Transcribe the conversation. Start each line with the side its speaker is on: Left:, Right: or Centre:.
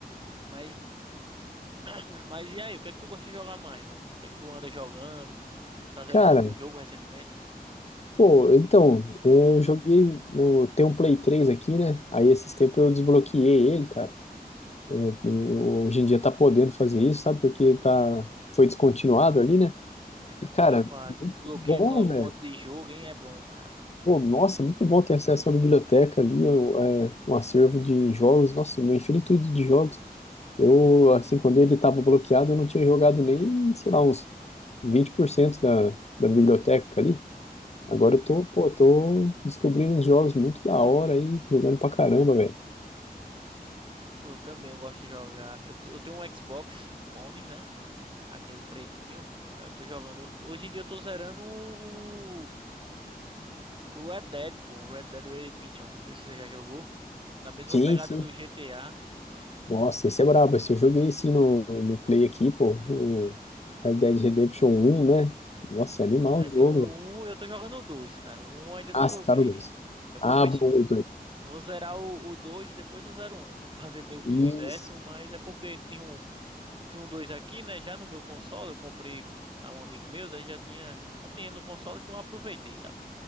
Right: Mas, <clears throat> mas e aí? O que é que tu gosta de jogar mais, velho? O que é que tu anda jogando? Tá zerando
Left: Cara,
Right: algum jogo recentemente?
Left: pô, então, eu joguei no. Tem um Play 3 aqui, né? Aí esses tempos eu desbloqueei ele, cara. É, tem- hoje em dia tá podendo fazer isso, sabe? Porque
Right: É,
Left: tá, foi descontinuado ali, né?
Right: aí então
Left: E, cara,
Right: fica fácil.
Left: muito
Right: Desbloqueia,
Left: bom,
Right: coloca
Left: velho.
Right: um monte de jogo, hein? É bom, cara.
Left: Pô, nossa, muito bom ter acesso à biblioteca ali, o- é, um acervo de jogos, nossa, uma infinitude de jogos. Eu, assim, quando ele estava bloqueado, eu não tinha jogado nem, sei lá, uns 20% da, da biblioteca ali. Agora eu tô, pô, tô descobrindo uns jogos muito da hora aí, jogando pra caramba, velho.
Right: Pô, eu também eu gosto de jogar. Eu, tô- eu tenho um Xbox One, né? Aquele pretinho. Aí eu tô jogando. Hoje em dia eu tô zerando o, o Red Dead, pô. O Red Dead Redemption. Não sei se você já jogou. Da mesma
Left: Sim,
Right: pegada
Left: sim.
Right: do GTA.
Left: Nossa, esse é brabo. Esse eu joguei assim no, no Play aqui, pô, o Red Dead Redemption um né? Nossa, é animal
Right: É,
Left: o
Right: tem
Left: jogo,
Right: o
Left: velho.
Right: 1, eu tô jogando o 2, cara. O 1 eu ainda não
Left: Ah,
Right: joguei.
Left: você tá no 2.
Right: Eu vou
Left: Ah,
Right: ver,
Left: bom,
Right: se-
Left: o
Right: vou zerar o, o 2 e depois eu zero o um, <laughs> Vou fazer meio que
Left: 2.
Right: inverso, mas é porque tem um, tem um 2 aqui, né? Já no meu console, eu comprei a um amigo meu, aí já tinha, já tinha no console, então eu aproveitei, sabe?